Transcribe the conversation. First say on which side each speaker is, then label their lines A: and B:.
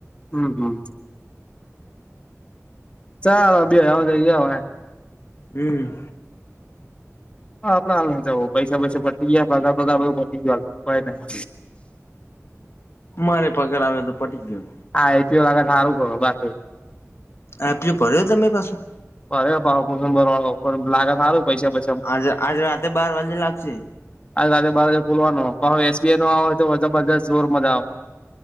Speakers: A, on the left; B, on the left.
A: હમ હમ, ચાલો બે હ થ ગયા.
B: હમ.
A: હા આપડ હાલ ને જ પૈસા પૈસા પટી ગયા પગાર બગારધ પટી ગયો. બદ <unintelligible>
B: મારે પક આવે તો પટી ગું.
A: હા આઈપી ઓ લગે સારું હો બા.
B: આપલું ભર્યો તરી પાસે?
A: અરે પાવ કુશું બર લાગે સારું પૈસા બ
B: આજ આજ રાતેે બાર વાજે લાગશે.
A: આજ રાતેે બાર વાજે ખોલવાનો હવે એસ બી આઈ નો આવે હોય તોબરજસ્ત જોર મજા આવે.